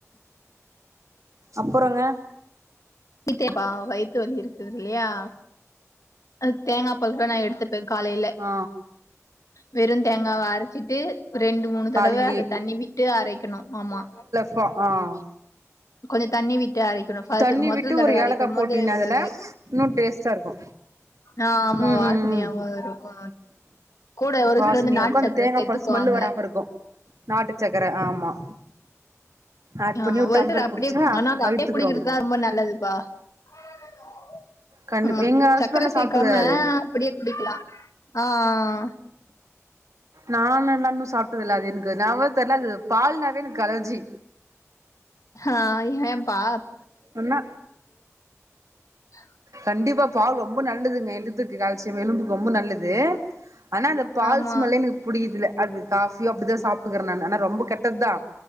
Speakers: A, on the right; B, on the left.
A: அப்பறங்க
B: சீத்தேப்பா வயித்து வலி இருக்குது இல்லயா அதுக்கு தேங்காய் பால் தானே எடுத்துட்டு <unintelligible> காலையில
A: ஆ
B: வெறு தேங்காவ அரைச்சிட்டு ரெண்டு மூணு
A: காலைலயே
B: தடவ அத தண்ணி விட்டு அரைக்கணு ஆமா
A: பா ஆஹ்
B: கொஞ்சோ தண்ணி விட்டு அரை <unintelligible>
A: தண்ணி
B: மொதல்
A: விட்டு
B: தடவ
A: ஒரு
B: அரைக்கு
A: ஏலக்கா
B: போது
A: போட்டீன்னா
B: வராது
A: அதுல இன்னு டேஸ்ட்டா இருக்கு
B: ஆஹ் ஆமா
A: ம்
B: வாசனையாவவு
A: ம் ம்
B: இருக்கு கூட ஒரு
A: வாசனையா
B: சிலர் வந்து நாட்டு
A: இருக்கு
B: சக்கரை
A: அந்த தேங்காப்பால்
B: சேர்த்துக்குவாங்க
A: ஸ்மெல்லு வராம இருக்கு நாட்டு சக்கர ஆமா ஆட் பண்ணி
B: ஆமா ஒரு
A: டம்ளர்
B: சில அப்டியே
A: குடிச்சா
B: குடிக்கு ஆனா அ
A: வயித்துக்கு
B: அப்படியே குடிக்கிறதுதா ரொம்ப நல்லதுப்பா <unintelligible>
A: கண்டிப்பா
B: ஆமா
A: எங்க ஹஸ்பண்ட்லா
B: சக்கரை சேக்காம
A: சாப்ட்டுக்குறாரு
B: அப்டியே குடிக்கலா ஆஹ் <inaudible>
A: நானு எல்லா சாப்பிட்டதில்ல அது எனக்கு நாவ தெரல அது பால்னாவே எனக்கு அலர்ஜி
B: ஹ ஏப்பா
A: என்ன
B: <inaudible>
A: கண்டிப்பா பால் ரொம்ப நல்லதுங்க எழுத்துக்கு காலச்சிய எலும்புக்கு ரொம்ப நல்லது ஆனா அந்த பால்
B: ஆமா
A: ஸ்மெல்லே எனக்கு புடிக்குதுல்ல அது காஃபியே அப்படிதா சாப்பிட்டுக்கறே நா ஆனா ரொம்ப கெட்டதுதா